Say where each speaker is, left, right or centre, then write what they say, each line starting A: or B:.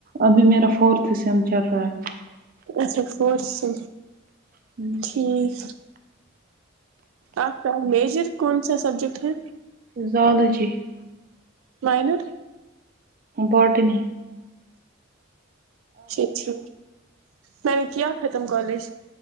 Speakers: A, on the right; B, on the right.
A: ابھی میرا فورتھ اسم چل رہا ہے
B: ا فورس سے
A: ہے
B: ٹھیک آپ کا میجر کون سا سبجیکٹ ہے
A: زالوجی
B: لائنر
A: بورٹین
B: سچ میں نے کیا ختم کالج